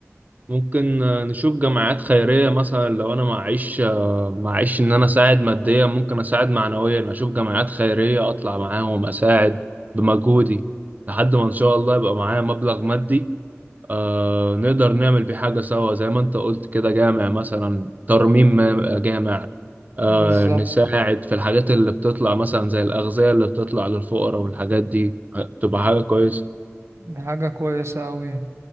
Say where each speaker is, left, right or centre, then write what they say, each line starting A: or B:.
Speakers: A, on the right (about 35°); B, on the right (about 65°).
A: ممكن آه، نشوف جمعيات خيرية مثلا لو أنا معيش آه، معيش إن أنا أساعد ماديا ممكن أساعد معنويا أشوف جمعيات خيرية أطلع معاهم أساعد بمجهودي لحد ما إن شاء الله يبقى معايا مبلغ مادي آه نقدر نعمل بيه حاجة سوا زي ما أنت قلت كده جامع مثلا ترميم ما- جامع آه
B: بالظبط
A: نساعد في الحاجات اللي بتطلع مثلا زي الأغذية اللي بتطلع للفقراء والحاجات دي آه، تبقى حاجة كويسة
B: دي حاجة كويسة قوي